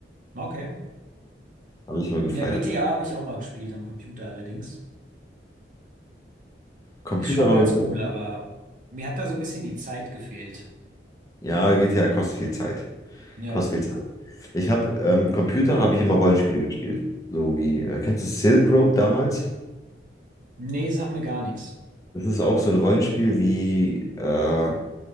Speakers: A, on the right; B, on the left.
A: Okay.
B: Habe ich immer
A: Ja,
B: gefeiert.
A: GTA habe ich auch mal gespielt am Computer allerdings.
B: Computer
A: Ist schon
B: war
A: ganz
B: bei mir,
A: cool, aber mir hat da so ein bisschen die Zeit gefehlt.
B: ja, GTA kostet viel Zeit.
A: Ja.
B: Kostet viel Ich habe ähm, Computer, habe ich immer Rollenspiele gespielt. So wie, äh, kennst du Silk Road damals?
A: Nee, sag mir gar nichts.
B: Das ist auch so ein Rollenspiel wie, äh,